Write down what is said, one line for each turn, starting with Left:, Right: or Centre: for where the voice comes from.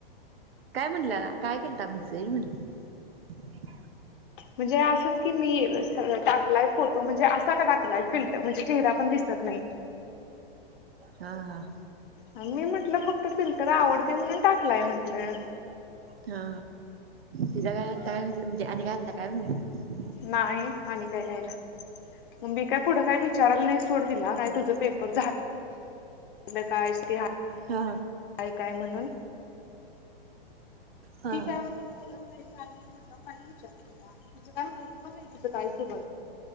Right: काय म्हणलंला काय केलता आपण सैल म्हणली
Left: म्हणजे असच की मी टाकलाय फोटो म्हणजे असा का टाकलाय? फिल्ट म्हणजे चेहरा पण दिसत तनाहीत.
Right: हा हा.
Left: मी म्हटलं फक्त फिल्टर आवडते म्हणून टाकलाय म्हंटलं.
Right: हा तीचा काय आलता आणि काय आलता काय म्हटली.
Left: नाही आणि काय यायला. मग मी काय पुढं काय विचाराला नाही सोड तीला काय तुझं पेप र झाल कायस की हा
Right: हा
Left: काय काय म्हणून.
Right: हा
Left: ती काय बोलत नाही काय नाही म्हटलं काय विचार तिला तिचं काय माहित पण नाही काही सु